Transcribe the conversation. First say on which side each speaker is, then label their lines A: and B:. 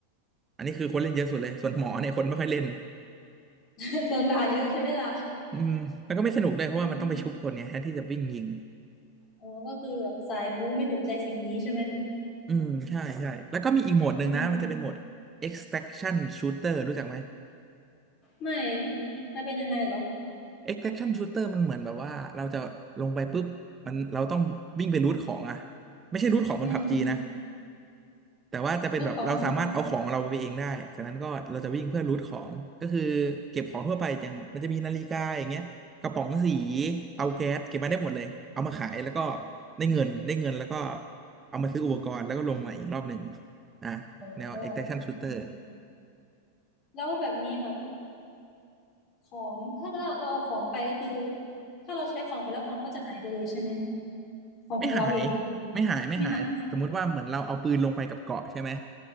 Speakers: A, on the right (about 20°); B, on the left (about 35°).
A: อันนี้คือคนเล่นเยอะสุดเลยส่วนหมอเนี่ยคนไม่ค่อยเล่น
B: <laughs> โดนด่าเยอะใช่ไหมล่ะ
A: อืมแล้วก็ไม่สนุกด้วยเพราะว่ามันต้องไปชุบคนเนยแทนที่จะวิ่งยิง
B: อืมอ๋อก็คือแบบสายบู๊ไม่ถูกใจสิ่งนี้ใช่ไหม
A: อืมใช่ใช่แล้วก็มีอีกโหมดหนึ่งนะมันจะเป็นโหมด
B: อืม
A: extraction shooter รู้จักไหม
B: ไม่ไม่เป็นยังไงเหรอ
A: extraction shooter มันเหมือนแบบว่าเราจะลงไปปุ๊บมันเราต้องวิ่งไปรูทของอะไม่ใช่รูทของบนผับจีนะ
B: อืม
A: แต่ว่าจะเป็นแบบเราสามารถเอาของเราไปเองได้จากนั้นก็เราจะวิ่งเพื่อรูทของก็คือเก็บของทั่วไปอย่างมันจะมีนาฬิกาอย่างเงี้ยกระป๋องสี
B: ซื้อของ
A: เอาแก๊สเก็บมาได้หมดเลยเอามาขายแล้วก็ได้เงินได้เงินแล้วก็เอามาซื้ออุปกรณ์แล้วก็ลงมาอีกรอบหนึ่งอ่ะแนว
B: โอ้โหโอเค
A: extraction shooter
B: แล้วแบบนี้แบบของถ้าเราเราเอาของไปก็คือถ้าเราใช้ของไปแล้วของก็จะหายไปเลยใช่ไหมของของเราเองอะ
A: ไม่หายไม่หายไม่หายสมมุติว่าเหมือนเราเอาปืนลงไปกับเกาะใช่ไหม
B: ไม่หาย